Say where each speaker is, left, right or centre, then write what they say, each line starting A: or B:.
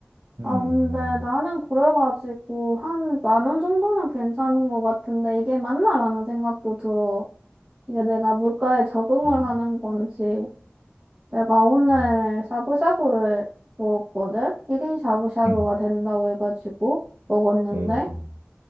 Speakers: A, on the right (about 75°); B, on the right (about 25°).
A: 음.
B: 아, 근데 나는 그래가지고 한 만 원 정도는 괜찮은 것 같은데 이게 맞나라는 생각도 들어. 이게 내가 물가에 적응을
A: 음.
B: 하는 건지. 내가 오늘
A: 음.
B: 샤브샤브를 먹었거든? 1인 샤브샤브가
A: 음.
B: 된다고 해가지고 먹었는데.
A: 오, 음.